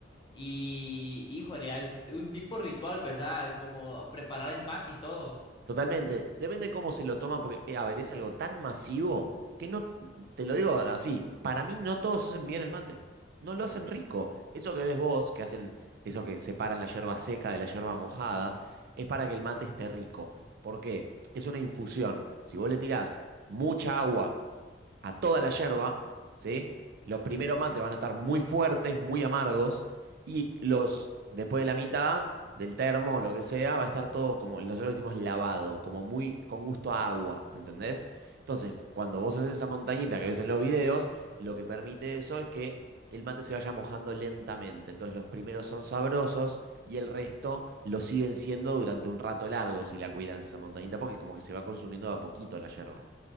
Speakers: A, on the left; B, on the right.
A: Y, híjole, es un tipo ritual, ¿verdad? Como preparar el mate y todo.
B: Totalmente. Depende cómo se lo toman, porque, eh, a ver, es algo tan masivo que no, te lo digo así, para mí no todos hacen bien el mate. No lo hacen rico. Eso que ves vos, que hacen, eso que separan la yerba seca de la yerba mojada, es para que el mate esté rico. ¿Por qué? Es una infusión. Si vos le tirás mucha agua a toda la yerba, ¿sí? Los primeros mates van a estar muy fuertes, muy amargos, y los, después de la mitad del termo o lo que sea, va a estar todo como, nosotros decimos lavado, como muy con gusto a agua, ¿entendés? Entonces, cuando vos haces esa montañita que ves en los videos, lo que permite eso es que el mate se vaya mojando lentamente. Entonces, los primeros son sabrosos y el resto lo siguen siendo durante un rato largo si la cuidas esa montañita, porque como que se va consumiendo de a poquito la yerba.